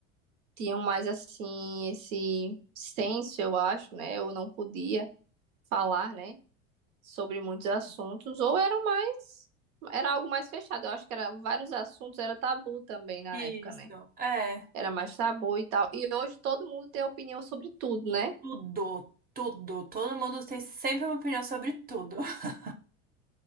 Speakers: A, on the right; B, on the right.
A: tinham mais assim esse senso, eu acho, né? Ou não podia falar, né, sobre muitos assuntos, ou eram mais era algo mais fechado. Eu acho que era vários assuntos era tabu também na
B: Isso,
A: época, né?
B: é.
A: Era mais tabu e tal. E hoje todo mundo tem opinião sobre tudo, né?
B: Tudo, tudo. Todo mundo tem sempre uma opinião sobre tudo. <laughs>